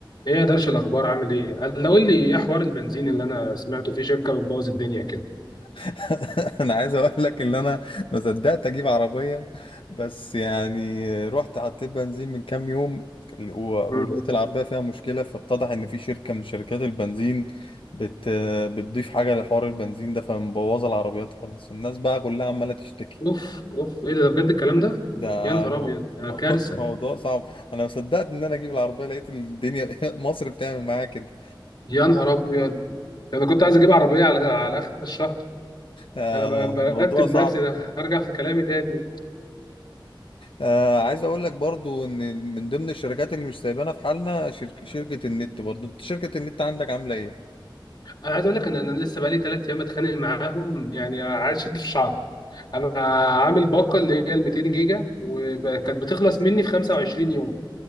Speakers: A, on the left; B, on the left.
A: ايه يا درش الاخبار عامل ايه قال- قول لي ايه حوار البنزين اللي انا سمعته في شركه بتبوظ الدنيا كده
B: <laughs> انا عايز اقول لك ان انا ما صدقت اجيب عربيه بس يعني رحت حطيت بنزين من كام يوم و-
A: امم
B: ولقيت العربيه فيها مشكله فاتضح ان في شركه من شركات البنزين بت بتضيف حاجه لحوار البنزين ده فمبوظه العربيات خالص الناس بقى كلها عماله تشتكي
A: اوف اوف ايه ده ده بجد الكلام ده
B: ده
A: يا نهار
B: مو...
A: ابيض ده
B: مو...
A: كارثه
B: <laughs> موضوع صعب انا ما صدقت ان انا اجيب العربيه لقيت الدنيا <laughs> مصر بتعمل معايا كده
A: يا نهار ابيض ده انا كنت عايز اجيب عربيه على على اخر الشهر
B: آه،
A: انا ب- برتب
B: موضوع صعب
A: نفسي ده ارجع في كلامي تاني
B: آه عايز اقول لك برضو ان من ضمن الشركات اللي مش سايبانا في حالنا شرك شركة النت برضو انت شركة النت عندك عاملة ايه
A: انا عايز اقول لك انا انا لسه بقالي ثلاث ايام بتخانق معاهم يعني عايز اشد في الشعر انا عامل باقه اللي هي ال 200 جيجا وكانت بتخلص مني في 25 يوم